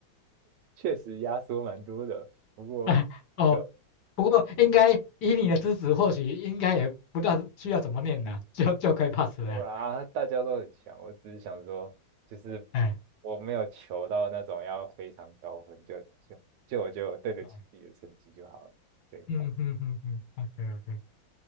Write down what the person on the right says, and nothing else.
确实压缩蛮多的，不过。
就。
不然啊，
大家都很强。我只是想说，就是
我没有求到那种要非常高分，就就就我就对得起自己的成绩就好了。
对，
差不多。